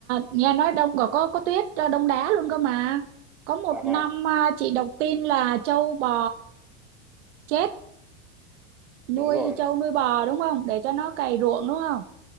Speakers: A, on the right (about 85°); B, in the centre.
A: nghe nói đông còn có có tuyết ờ, đông đá luôn cơ mà có một
B: dạ vàng
A: năm à, chị đọc tin là trâu bò chết nuôi
B: đúng rồi
A: trâu nuôi bò đúng không để cho nó cày ruộng đúng không